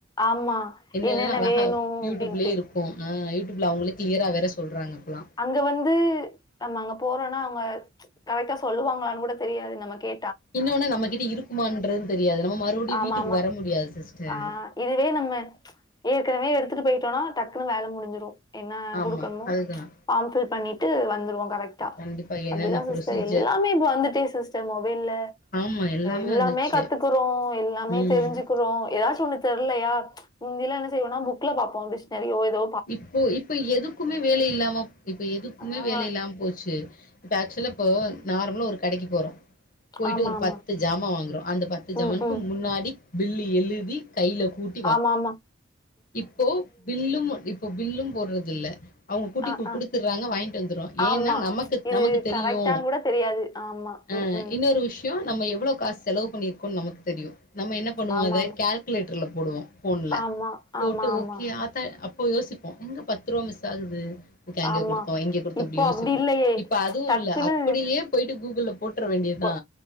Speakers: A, on the left (about 20°); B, on the left (about 45°).
A: ஆமா.
B: என்னனு
A: என்னென்ன
B: அழகா
A: வேணும்
B: யூட்டூப்லேயேருக்கு
A: அப்டின்ட்டு.
B: கு ஆ யூட்டூயூப்ல அவுங்களே க்ளியரா வேற சொல்றாங்கப்லா
A: அங்க வந்து நம்ம அங்க போறோனா அவுங்க ம்ச் கரெக்ட்டா சொல்லுவாங்களான்னு கூட தெரியாது நம்மக்கே
B: இன்னோனு நம்மக்கிட்ட இருக்குமான்றது தெரியாது நம்ம மறுபடியு
A: ஆமாமா.
B: வீட்டுக்கு வர முடியாது சிஸ்டர்
A: ஆ இதுவே நம்ம ம்ச் ஏற்கனவே எடுத்துட்டு போயிட்டோனா டக்குனு வேல முடிஞ்சுரு என்னா
B: ஆமா.
A: குடுக்கணுமோ
B: அதுதான்.
A: ஃபாம் ஃபில் பண்ணிட்டு வந்துருவோ கரெக்ட் டா
B: கண்டிப்பா என்னென்ன
A: அப்டிதா சிஸ்டர்
B: ப்ரொசீஜர்
A: எல்லாமே இப்ப வந்துச்சே சிஸ்டர் மொபைல்ல
B: ஆமா
A: எல்லாமே
B: வந்துருச்சு.
A: கத்துக்குறோ எல்லாமே
B: ம்.
A: தெரிஞ்சிக்குறோ ஏதாச்சொன்னு தெரிலையா ம்ச் முந்திலா என்ன செய்வோனா புக்ல பாப்போ டிக்ஸனரியோ எதோ
B: இப்போ இப்ப எதுக்குமே வேல இல்லாமா போ இப்ப எதுக்குமே
A: ஆஹா
B: வேல இல்லாம போச்சு இப்ப ஆக்சுவலாப்போ நார்மலா ஒரு கடைக்கு போறோ போயிட்டு
A: ஆமா
B: ஒரு
A: ஆமா
B: பத்து ஜாமா வாங்குறோ அந்த பத்து ஜாமனுக்கு
A: ம் ம்
B: முன்னாடி பில்லு எழுதி கைல குட்
A: ஆமாமா
B: இப்போ பில்லும் இப்ப பில்லும் போட்றதில்ல அவுங்க கூட்டி
A: ஆ
B: கு குடுத்துர்றாங்க
A: ஆ
B: வாங்கிட்டு வந்துர்றோ ஏன்னா
A: ஆமா.
B: நமக்குத்
A: இது
B: நமக்குத் தெரியு
A: கரெக்ட்டான்னு கூட தெரியாது. ஆமா.
B: அ
A: ம்.
B: இன்னொரு விஷி யா நம்ம எவ்ளோ காசு செலவு பண்ணிருக்கோ நமக்குத்தெரியு நம்ம என்ன பண்ணுவோ
A: ஆமாமா.
B: அத கால்குலேட்டர்ல போடுவோ ஃபோன்ல
A: ஆமா
B: போட்டு
A: ஆமா, ஆமா, ஆமா.
B: ஓக்கே ஆத்தா அப்போ யோசிப்போ எங்க பத்து ருவா மிஸ்ஸாகுது க்க அங்க
A: ஆமா ஆமா.
B: குடுத்தோ இங்க குடுத்தோ
A: இப்போ
B: அப்பிடியே யோசிச்சு
A: அப்டி இல்லையே!
B: இப்ப அதுல்ல
A: டக்குன்னு
B: அப்படியே போயிட்டு கூகுள்ள போட்ற வேண்டியதா
A: பொ